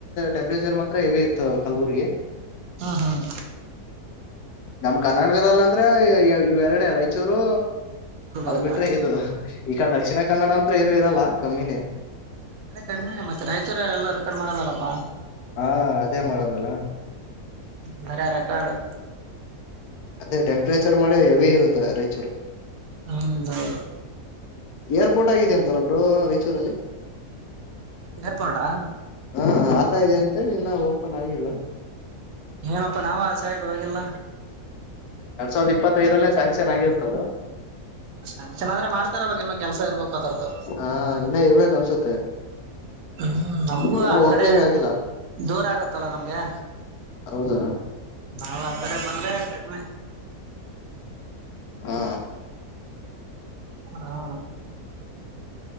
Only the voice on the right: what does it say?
ಹ್ಮ್ ಹ್ಮ್
ಗುಲ್ಬರ್ಗ
ಅದೆ ಕಡಿಮಿನೆ ಮತ್ತೆ ರಾಯಚೂರು ಎಲ್ಲಾರೂ ಕಡಿಮೆ ಆಗೋದಲಪ್ಪಾ.
ಬರೆ ರೆಕಾರ್ಡ್.
ಹೌದೌದು.
ಏರ್ಪೋರ್ಡಾ.
ಏನಪ್ಪಾ ನಾವ ಆ ಸೈಡ್ ಹೋಗಿಲ್ಲ.
<unintelligible> ಚೆನ್ನಾಗಾದ್ರೆ ಮಾಡ್ತಾರೆ ಅವಾಗ ಇನ್ನು ಕೆಲ್ಸ ಇರ್ಬೇಕು ಅದರ್ದು.
ಹ್ಮ್ ನಮ್ಗೂ
ಆ
ಕಡೆ
ದೂರ ಆಗತ್ತಲ್ಲ ನಮ್ಗೆ.
ನಾವು ಆ ಕಡೆ ಬಂದ್ರೆ ಕಡಿಮೆ.
ಹಾ